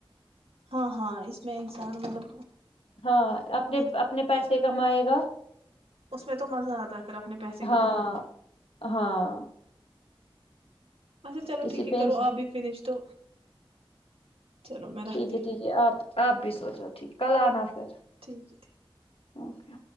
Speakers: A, on the right; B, on the left.
A: ہاں ہاں اس میں انسان مطلب
B: ہاں اپنے
A: خود
B: اپنے پیسے کمئے گا
A: اس میں تو مزہ آتا ہے پھر اپنے پیسے
B: ہاں
A: کمانے میں
B: ہاں
A: اچھا چو
B: کسی
A: ٹھیک ہے
B: پین
A: کر
B: سے
A: آ بھی فش تو چلو میں
B: ٹھیک
A: رکھتی
B: ہے
A: ہوں
B: ٹھیک ہے آپ آپ بھی سو جو ٹھیک کل آنا پھر
A: ٹھیک ہے ٹھیک
B: اوکے